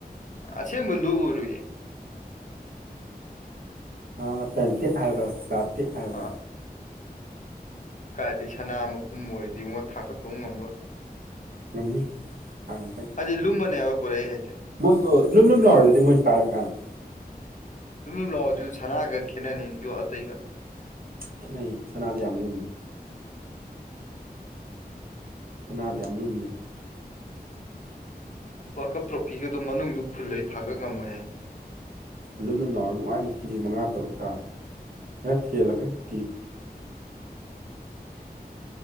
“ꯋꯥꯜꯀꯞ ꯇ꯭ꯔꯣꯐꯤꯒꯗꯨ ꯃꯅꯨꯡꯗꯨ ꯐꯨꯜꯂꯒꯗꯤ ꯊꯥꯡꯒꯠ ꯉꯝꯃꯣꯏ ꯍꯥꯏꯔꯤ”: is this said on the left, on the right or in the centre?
Left